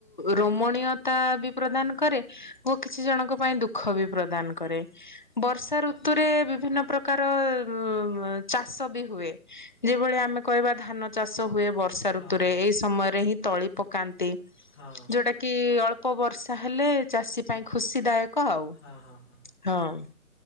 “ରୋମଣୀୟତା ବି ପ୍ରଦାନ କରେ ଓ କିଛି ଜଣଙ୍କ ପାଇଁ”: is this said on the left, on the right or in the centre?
Left